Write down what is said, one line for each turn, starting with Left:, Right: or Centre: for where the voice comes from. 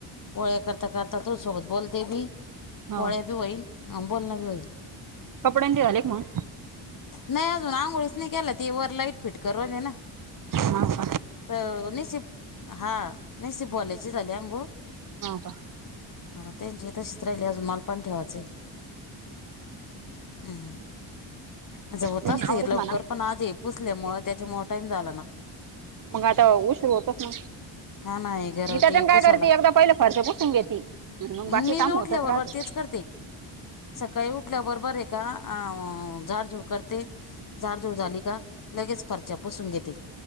Left: पोळ्या करता करता तू सोबत बोलते बी
Right: हो
Left: पळ्या बी होईन, अं बोल ना बी होईन
Right: कपडे ते झाले का मग?
Left: नाही अजून आंघोळीच नाही केल्या, ती वर लाईट फिट कर होते ना.
Right: हां. <inaudible>
Left: तर निसिप, हा नीसिप वाल्यांची झाली अघोळं?
Right: हो का?
Left: हां त्यांची तशीच राहिली अजून मलापण ठेवायचं. हम्म. तसं होत
Right: तुम्ही
Left: असते
Right: आवरून
Left: लवकर,
Right: म्हणा
Left: पण आज हे पुसल्या मुळ त्याच्यामुळे टाईम झाला ना
Right: मग आता उशिर होतच ना!
Left: हा नाही घर
Right: मी त्याच्यान
Left: ते
Right: काय
Left: पुसायला
Right: करते एकदा पहिले फरशा पुसून घेते, आणि मग
Left: मी
Right: बाकी काम
Left: बी उठल्याबरोबर
Right: होतच राहते.
Left: तेच करते. सकाळी उठल्या बरोबर आहे का, झाडझुड करते. झाडझुड झाली का, लगेच फरच्या पोसून घेते.